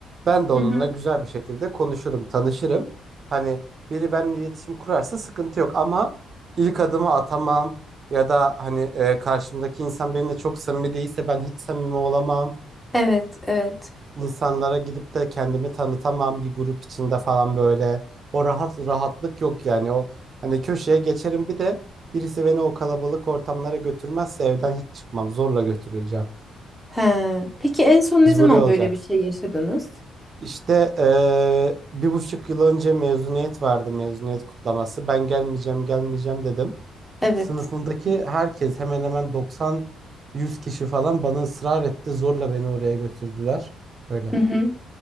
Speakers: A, on the right; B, in the centre.
A: ben de onunla
B: Hı hı.
A: güzel bir şekilde konuşurum, tanışırım. Hani biri benimle iletişim kurarsa sıkıntı yok ama ilk adımı atamam ya da hani e, karşımdaki insan benimle çok samimi değilse ben hiç samimi olamam.
B: Evet, evet.
A: insanlara gidip de kendimi tanıtamam bir grup içinde falan böyle. O rahat rahatlık yok yani. O hani köşeye geçerim bir de birisi beni o kalabalık ortamlara götürmezse evden hiç çıkmam. Zorla götürüleceğim.
B: He. Peki en son ne zaman
A: Mecburi olacak.
B: böyle bir şey yaşadınız?
A: İşte eee, bir buçuk yıl önce mezuniyet vardı, mezuniyet kutlaması. Ben gelmeyeceğim, gelmeyeceğim dedim.
B: Evet.
A: Sınıfımdaki herkes hemen hemen 90-100 kişi falan bana ısrar etti. Zorla beni oraya götürdüler. Öyle.
B: Hı hı.